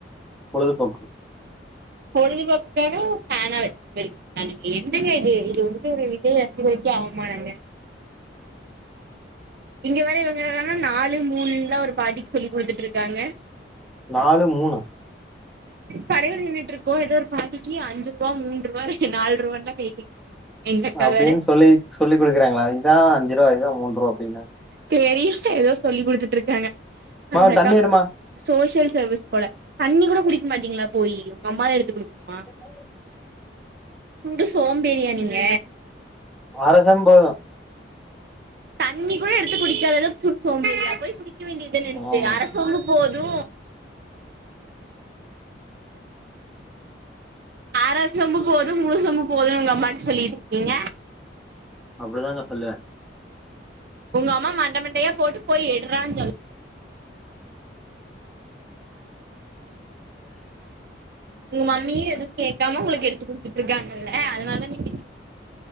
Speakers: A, in the centre; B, on the right (about 55°).
A: பொழுதுபோக்கு
B: பொழுதுபோக்குக்காக ஃபேனா அட என்னங்க இது இது வந்து ஒரு விஜய் ரசிகருக்கே அவமானங்க இங்க வேற இவங்க என்னான நாலு மூணுலா ஒரு பாட்டிக்கு சொல்லி் கொடுத்துட்டு இருக்காங்க
A: நாலு மூணா
B: படையகள் நின்னுட்டு இருக்கோ ஏதோ ஒரு பாட்டிக்கு அஞ்சு ரூபா மூன்று ரூபா நாலு ரூவான்லா கை எங்க அக்கா
A: அப்டின்னு
B: வேற
A: சொல்லி சொல்லி் கொடுக்குறாங்ளா இதா அஞ்சு ரூபா இதா மூன்று ரூபா அப்டினு
B: தெர்ல ஏதோ சொல்லி் கொடுத்துட்டு இருக்காங்க
A: மா
B: அந்த அக்கா
A: தண்ணி எடுமா
B: சோசியல் சர்வீஸ் போல தண்ணி கூட குடிக்க மாட்டீங்ளா போய் உங்க அம்மாதா எடுத்து கொடுக்கணுமா
A: ஓய்
B: சுடு சோம்பேரியா நீங்க
A: அர செம்போது
B: தண்ணி கூட எடுத்து குடிக்காத அளவுக்சுடு சோம்பேரியா போய் குடிக்க வேண்டிதான எடுத்து
A: ஆமா
B: அர செ ம்பு போது அற சொம்பு போதும முழு சொம்பு போதுனு உங்க அம்மாட்ட சொல்லிட்டு இருக்கீங்க
A: அப்டிதாங்க சொல்லுவ
B: உங்க அம்மா மண்டமண்டையா போட்டு போய் எட்றானு சொல்ல உங்க மம்மியு எதுவு கேட்காம உங்களுக்கு எடுத்து குடுத்துட்டு இருக்காங்கல அதனால தா நீங்